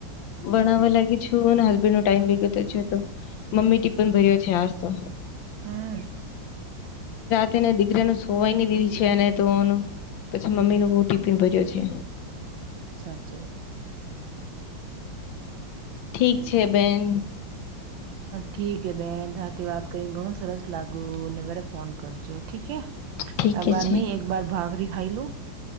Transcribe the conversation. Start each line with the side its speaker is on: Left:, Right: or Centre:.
Left: વણાવવા લાગી છે હસબેન્ડ નો ટાઈમ વિગતો છે તો મમ્મી ટીપન ભર્યો છે આજ તો
Right: હમ
Left: તેને દીકરીનું સોવાઈ ની <unintelligible> છે અનેને તોનું પછી મમ્મી નું બહું ટિપિન ભર્યો છે
Right: સાચી વાત
Left: ઠીક છે બેન.
Right: ઠીકે બેન સાથેથી વાત કરીને ઘણું સરસ લાગ્યું મારે ફોન કરજો. ઠીક
Left: ઠીકે
Right: હે બાદ
Left: છે
Right: મે એકબાર ભાખરી ખાઈ લું.